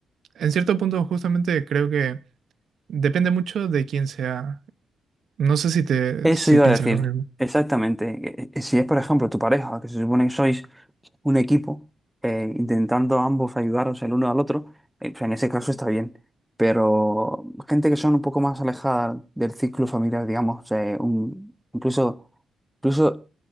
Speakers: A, on the right (about 65°); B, in the centre.
A: en cierto punto justamente creo que depende mucho de quién sea. No sé si te,
B: Eso
A: si
B: iba
A: piensas
B: a decir,
A: lo mismo.
B: exactamente. Eh, eh, Si es, por ejemplo, tu pareja, que se supone que sois un equipo, eh, intentando ambos ayudaros el uno al otro, eh, pues en ese caso está bien. Pero gente que son un poco más alejada del círculo familiar, digamos, eh, un- incluso, incluso